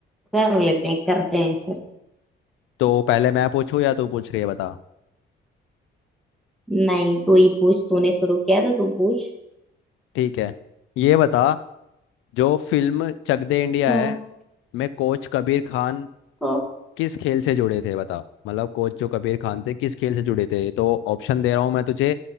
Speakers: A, in the centre; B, on the left.
A: कर
B: हम्म।
A: लेते हैं करते हैं फिर
B: तो पहले मैं पूछूं या तू पूछ रही है बता
A: नहीं तू ही पूछ तूने शुरू किया तो तू पूछ
B: ठीक है ये बता जो फिल्म चक दे इंडिया
A: हाँ
B: है में कोच कबीर खान
A: हाँ
B: किस खेल से जुड़े थे बता मतलब कोच जो कबीर खान थे किस खेल से जुड़े थे तो ऑप्शन दे रहा हूँ मैं तुझे